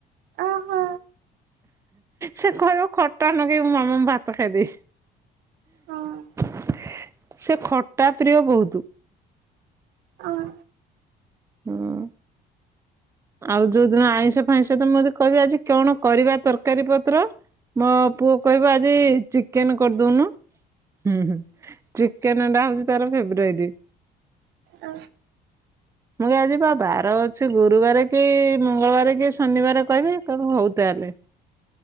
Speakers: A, on the right; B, on the right.
A: ଓହୋ
B: ସେ କହିବ ଖଟା ନଗେଇଁ ମାମା ମୁଁ ଭାତ ଖାଇଦେବି।
A: ହଁ।
B: <inaudible> ସେ ଖଟା ପ୍ରିୟ ବହୁତ।
A: ଓହୋ
B: ହଁ। ଆଉ ଯୋଉଦିନ ଆଇଁଷ ଫାଇଁଷ ତ ମୁଁ ଯଦି କହିବି ଆଜି କଣ କରିବା ତରକାରୀ ପତ୍ର ମୋ ପୁଅ କହିବ ଆଜି ଚିକେନ କରିଦଉନୁ <inaudible> ହୁଁ। ଚିକେନଟା ହଉଛି ତାର ଫେବରାଇଟ।
A: ଆ
B: ମୁଁଇ ଆଜିି ବା ବାର ଅଛି ସେ ଗୁରୁବାର କି, ମଙ୍ଗଳବାର କି, ଶନିବାର କହିବେ ହଉ ତାହେଲେ